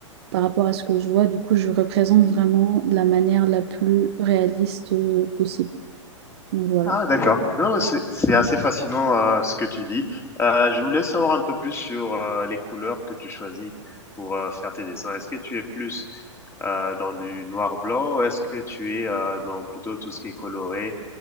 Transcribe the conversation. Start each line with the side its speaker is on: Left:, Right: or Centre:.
Right: par rapport à ce que je vois. Du coup, je représente vraiment de la manière la plus réaliste euh, possible. Donc voilà.
Left: Ah, d'accord. Non, c'est c'est assez fascinant, heu, ce que tu dis. Heu, je voulais savoir un peu plus sur, heu, les couleurs que tu choisis pour, heu, faire tes dessins. Est-ce que tu es plus, heu, dans du noir-blanc? Ou est-ce que tu es, heu, dans plutôt tout ce qui est coloré?